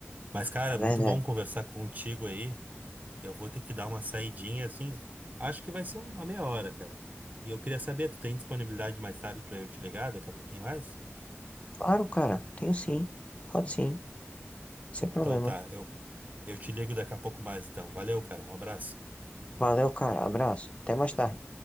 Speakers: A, on the right; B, on the left.
A: Mas, cara,
B: É verdade.
A: muito bom conversar contigo aí. Eu vou ter que dar uma saidinha assim. Acho que vai ser uma meia hora, cara. E eu queria saber, tu tem disponibilidade mais tarde pra eu te ligar daqui a pouquinho mais?
B: Claro, cara, tenho sim, pode sim, sem problema.
A: Então tá, eu, eu te ligo daqui a pouco mais então. Valeu, cara. Um abraço.
B: Valeu, cara, abraço, até mais tarde.